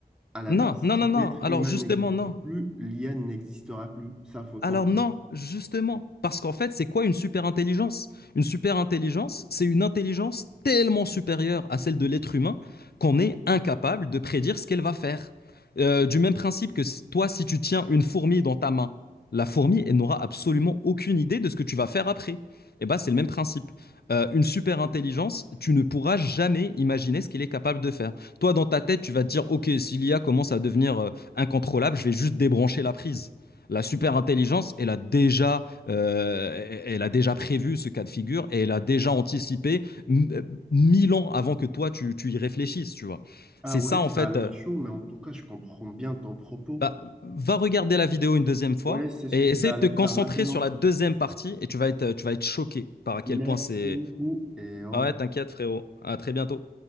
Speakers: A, in the centre; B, on the left.
A: à la base,
B: Non, non,
A: si
B: non,
A: l'être
B: non. Alors
A: humain
B: justement,
A: n'existe
B: non.
A: plus, l'IA n'existera plus. Ça, faut le
B: Alors
A: comprendre.
B: non, justement, parce qu'en fait, c'est quoi une super intelligence? Une super intelligence, c'est une intelligence tellement supérieure à celle de l'être humain qu'on est incapable de prédire ce qu'elle va faire. Euh, du même principe que si- toi, si tu tiens une fourmi dans ta main, la fourmi, elle n'aura absolument aucune idée de ce que tu vas faire après. Et ben, c'est le même principe. Euh, une super intelligence, tu ne pourras jamais imaginer ce qu'elle est capable de faire. Toi, dans ta tête, tu vas te dire, OK, si l'IA commence à devenir euh, incontrôlable, je vais juste débrancher la prise. La super intelligence, elle a déjà, euh, elle a déjà prévu ce cas de figure et elle a déjà anticipé m- euh, mille ans avant que toi tu, tu y réfléchisses, tu vois.
A: Ah
B: C'est
A: ouais,
B: ça en
A: ça
B: fait.
A: a l'air
B: euh,
A: chaud, mais en tout cas, je comprends bien ton propos.
B: bah, va regarder la vidéo une deuxième fois
A: Ouais, c'est ce
B: et
A: que je
B: essaie
A: vais aller
B: de te concentrer
A: faire maintenant.
B: sur la deuxième partie et tu vas être, tu vas être choqué par à quel
A: Merci
B: point c'est.
A: beaucoup et au
B: Ah
A: revoir.
B: ouais, t'inquiète frérot. À très bientôt.